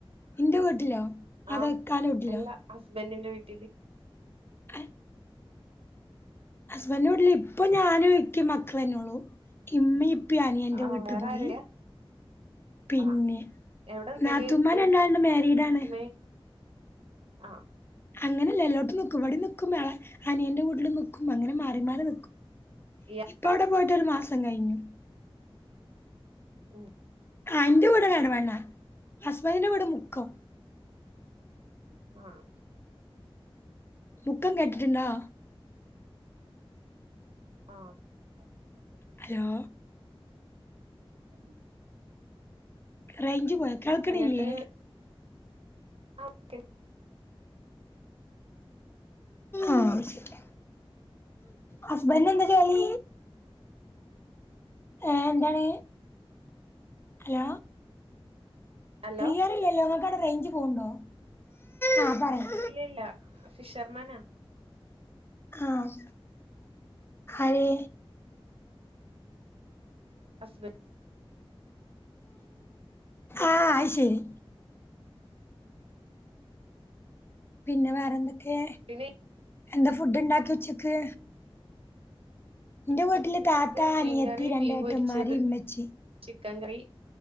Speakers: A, on the left; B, on the right.
A: ഇന്റെ വീട്ടിലോ
B: ആഹ്
A: അതോ ഇക്കാന്റെ വീട്ടിലോ
B: അല്ലാ ഹസ്ബൻഡിന്റ വീട്ടില്
A: ഏഹ് ഹസ്ബൻ്റ വീട്ടില് ഇപ്പൊ ഞാനും ഇക്ക്യും മക്കളന്നെ ഒള്ളൂ ഇമ്മെയിപ് പ്യു അനിയന്റെ
B: ആഹ്
A: വീട്ടി
B: വേറെ
A: പോയി
B: ആരുല്ല
A: പിന്നെ
B: ആഹ് എവിടെ നിക്കല്
A: നാത്തൂമ്മാര്
B: ഇപ്പേം
A: രണ്ടാള്ണ്ട് മാരീഡാണ്
B: ഉമ്മേം ആഹ്
A: അങ്ങനെല്ല എല്ലോട്ത്തും നിക്കും ഇവടിം നിക്കും എളെ അനിയന്റെ വീട്ടിലും നിക്കും അങ്ങനെ മാറി മാറി നിക്കും
B: ഇയാ
A: ഇപ്പവടെ പോയിട്ടൊരു മാസം കഴിഞ്ഞു
B: ഉം
A: ആഹ് എന്റ വീട് എടവണ്ണ ഹസ്ബന്റിന്റ വീട് മുക്കം
B: ആഹ്
A: മുക്കം കേട്ടിട്ട്ണ്ടാ
B: ആഹ് <inaudible>
A: ഹലോ
B: <inaudible>
A: റെയ്ഞ്ച് പോയോ കേൾക്ക്ണില്ല്യേ
B: ഇങ്ങട്ട് ആ ഓക്കെ
A: ആവശ്യില്ല ഹസ്ബൻഡ്നെന്താ ജോലി ഏ എന്താണ് ഹലോ
B: ഹലോ
A: ക്ലിയറില്ലല്ലോ നിങ്ങക്കവടെ റെയ്ഞ്ച് പോണ്ടോ ആഹ് പറയു
B: ഇല്ലില്ലാ ആഹ് ഫിഷർമാനാ
A: ആഹ് ആരേ
B: ഹസ്ബൻ
A: ആഹ് അയ്ശരി പിന്നെ വേറെന്തൊക്കേ
B: പിന്നെ
A: എന്താ ഫുഡ് ഇണ്ടാക്കി ഉച്ചക്ക് ഇന്റെ
B: ഉച്ചക്ക്
A: വീട്ടില്
B: പുട്ട്
A: താത്ത
B: മീൻകറി
A: അനിയത്തി രണ്ട്
B: മീൻ
A: ഏട്ടന്മാര്
B: പൊരിച്ചത്
A: ഇമ്മച്ചി
B: ചിക്കൻ കറി